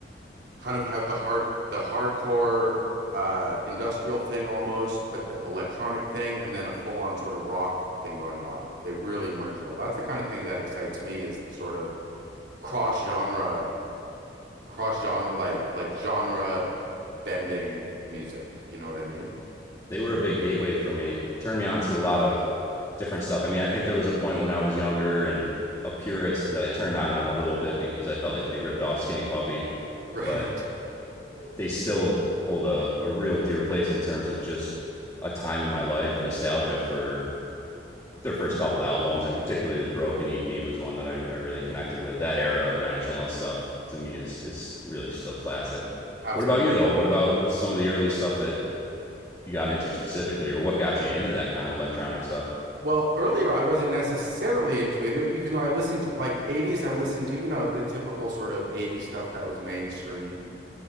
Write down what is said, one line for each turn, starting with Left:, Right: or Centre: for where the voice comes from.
Right: kind of have the hard the hardcore uh industrial thing almost, but the electronic thing and then a full on sort of rock thing going on. They really merge it all. That's the kind of thing that excites me is the sort of cross genre cross genre like like genre bending music. You know what I mean? <laughs>
Left: they were a big gateway for me. It turned me on to a lot of different stuff. I mean, I think there was a point when I was younger and a purist that I turned on them a little bit because I felt like they ripped off Skinny Puppy,
Right: Right.
Left: but they still hold a, a real dear place in terms of just a time in my life and nostalgia for their first couple albums and particularly the broken ep was one that I, I really connected with that era of nine inch nails stuff to me is is really still classic
Right: Absolutely.
Left: what about you though what about what's some of the early stuff that you got into specifically or what got you into that kind of electronic stuff.
Right: Well, earlier I wasn't necessarily into it, even though I listened to like 80s, I listened to, you know, the typical sort of 80s stuff that was mainstream.